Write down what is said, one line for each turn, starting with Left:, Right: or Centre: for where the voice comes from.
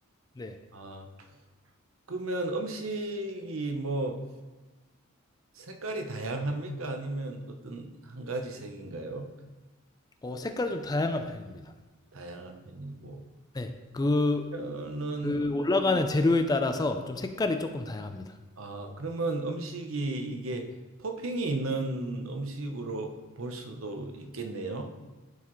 Left: 네.
Right: 아 그러면 음식이 뭐 색깔이 다양합니까? 아니면 어떤 한 가지 색인가요?
Left: 어 색깔이 좀 다양한 편입니다.
Right: 다양한 편이고
Left: 네. 그
Right: 저는
Left: 그 올라가는 재료에 따라서 좀 색깔이 조금 다양합니다.
Right: 아 그러면 음식이 이게 토핑이 있는 음식으로 볼 수도 있겠네요.